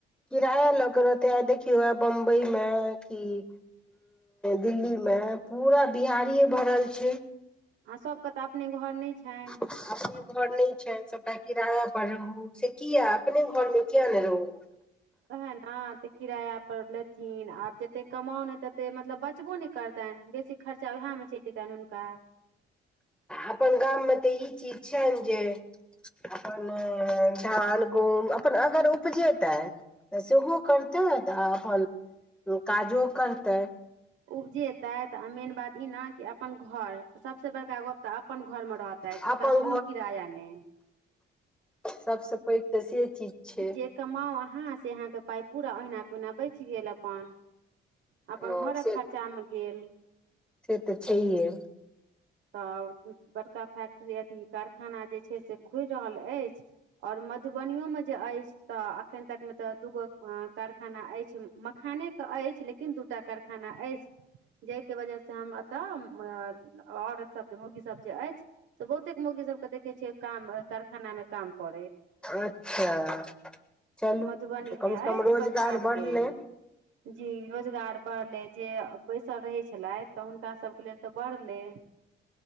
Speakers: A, in the centre; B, on the right.
A: किराया लग रहतै। आई देखियै बम्बई में किी- दिल्ली मे पूरा बिहारिए भरल छै।
B: आ सबके तऽ अपने घर नहि छैन।
A: <unintelligible> अी घर नहि छनि सबटा किराया पर रहू से कीया अपने घर मे किया ने रहू।
B: ओएह न से किराया पर लेथिन। आब जतेक कमाउ ने तते मतलब बचबो ने करतैन बेसी खर्चा ओएह में चलि जेतन हुनका।
A: अपन गाममे तऽ ई चीज छैन जे अपन मोन धान गूम अपन अगर उपजैतै। तऽ सेहो करतै तऽ आ अपन काजो करतै।
B: उपजेते त मेन बात इ ने क अपन घर सबसे बड़का गप त अपन घर मे रहताै तुनका
A: अपन
B: कोनो किराया नहि।
A: सबस पैघ तऽ से चीज छै।
B: जे कमाउ अहाँ से अहाँके पाइ पूरा ओहिना के ओहिना बचि गेल। अपन अपन
A: हँ
B: घरक
A: से
B: खर्चामे गेल।
A: से तऽ छैे।
B: तऽ बड़का फैक्ट्री अथी कारखाना जे छै। से खुलि रहल अछि। और मधुबनो में जे अछि। तऽ एखन तक मे तऽ दूगो कारखाना अछि। मखाने के अछि। लेकिन दूटा कारखा खाना अछि जाहिके वजहसँ हम एतऽ। औत सब जे मुर्गी सब जे अछि। त बहुते मुर्गी सबके देखे छियै काम कारखाना में काम करे।
A: अच्छा चलू
B: मधुबनीमे
A: कम से
B: अछि
A: कम रोजगार
B: बखानके।
A: बढ़लै
B: जी रोजगार बढ़लै जे बैसल रहै छलथि तऽ हुनका सभके लेल तऽ बढ़लै।